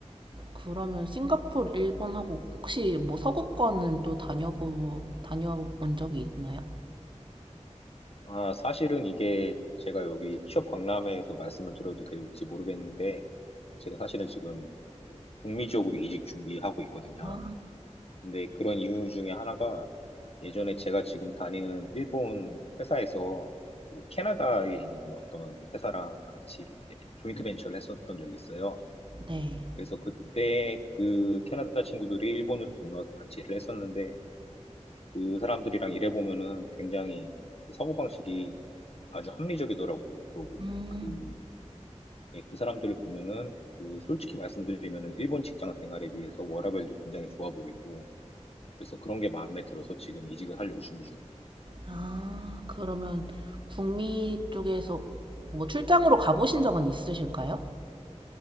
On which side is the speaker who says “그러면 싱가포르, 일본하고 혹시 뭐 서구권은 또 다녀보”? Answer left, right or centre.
Right